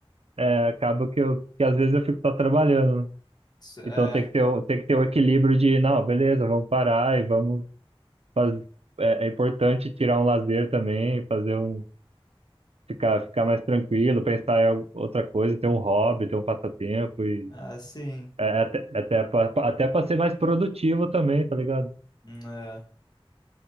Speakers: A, on the right (about 85°); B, on the left (about 40°).
A: é, acaba que eu que às vezes eu fico só trabalhando, né?
B: Isso é,
A: Então tem que ter, o- tem que ter o equilíbrio de, não, beleza, vamos parar e vamos fazer. É, é importante tirar um lazer também, fazer um. Ficar, ficar mais tranquilo, pensar em al- outra coisa, ter um hobby, ter um passatempo e
B: é assim,
A: é, é até, é até, pra- até para ser mais produtivo também, tá ligado?
B: é.